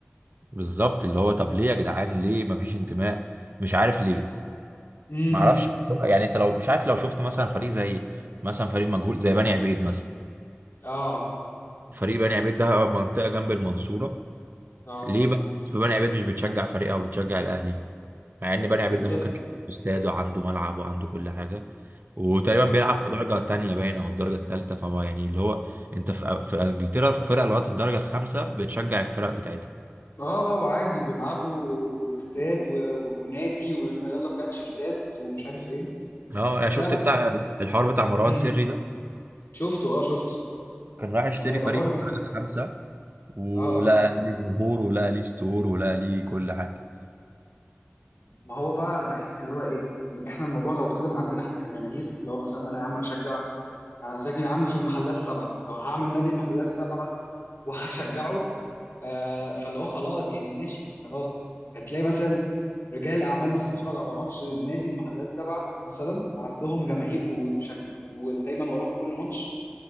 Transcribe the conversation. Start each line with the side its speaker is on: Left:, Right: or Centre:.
Right: بالظبط اللي هو طب ليه يا جدعان ليه ما فيش انتماء مش عارف ليه
Left: امم
Right: ما اعرفش بس هو- يعني انت لو مش عارف لو شفت مثلا فريق زي مثلا فريق مجهول زي بني عبيد مثلا
Left: اه
Right: فريق بني عبيد ده منطقة جنب المنصورة
Left: اه
Right: ليه مم. بقى الناس في بني عبيد مش بتشجع فريقها وبتشجع الأهلي مع إن بني عبيد
Left: بالظبط
Right: ده ممكن تلاقي عنده استاد وعنده ملعب وعنده كل حاجة وتقريبا
Left: بالظبط
Right: بيلعب في درجة تانية باين أو الدرجة التالتة فهو يعني اللي هو أنت في, في إنجلترا الفرق لغاية الدرجة الخامسة بتشجع الفرق بتاعتها
Left: اه آه، وعادي وبيلعبوا و- واستاد و- ونادي ويلا نبيع تيشيرتات ومش عارف ايه
Right: اه يعني
Left: بس
Right: شفت
Left: أنا-
Right: بتاع الحوار بتاع مروان
Left: امم
Right: سري ده
Left: شفته اه شفته
Right: كان رايح يشتري
Left: كان هيبقى
Right: فريق
Left: حر
Right: في الدرجة الخامسة ولقى
Left: اه اه
Right: ليه جمهور ولقى ليه ستور ولقى ليه كل حاجة
Left: ما هو بقى انا بحس اللي هو ايه يعني احنا الموضوع لو ابتدى من عندنا احنا كجماهير اللي هو مثلا انا يا عم هشجع انا ساكن يا عم في المحلات السبعه لو هعمل نادي المحلات السبعه وهشجعه آه فاللي هو خلاص يعني ماشي خلاص هتلاقي مثلا رجال اعمال مثلا بتتفرج على ماتش النادي المحلات السبعه مثلا عندهم جماهير وبشج... ودايما وراهم كل ماتش